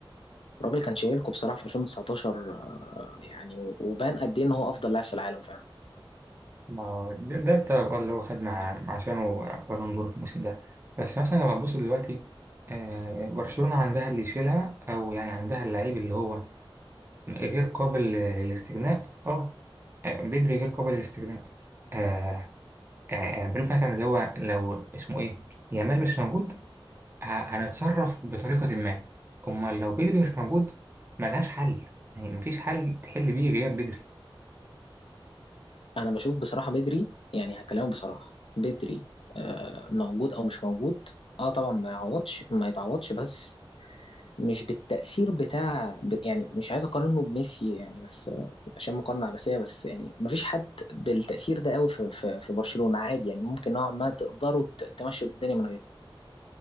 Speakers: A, on the left; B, on the right.
A: الراجل كان شايلكوا بصراحة في 2019 آه، يعني و- وبان قد ايه ان هو افضل لاعب في العالم فعلا
B: ما ده ده السبب آه اللي هو خد مع عشانه بالون دور في الموسم ده بس مثلا لو هتبص دلوقتي آه، برشلونه عندها اللي يشيلها او يعني عندها اللعيب اللي هو غير قابل للاستغناء اه آه، بدري غير قابل للاستغناء آه، آه، بريف مثلا اللي هو لو اسمه ايه يامال مش موجود ه- هنتصرف بطريقة ما امال لو بدري مش موجود ملهاش حل يعني مفيش حل تحل بيه غياب بدري
A: انا بشوف بصراحة بدري يعني هكلمه بصراحة بدري آه، موجود او مش موجود اه طبعا ما يعوضش ما يتعوضش بس مش بالتأثير بتاع ب- يعني مش عايز اقارنه بميسي يعني بس آه، عشان مقارنة عباسية بس يعني مفيش حد بالتأثير ده قوي في في في برشلونة عادي يعني ممكن نوعا ما تقدروا ت- تمشوا الدنيا من غيره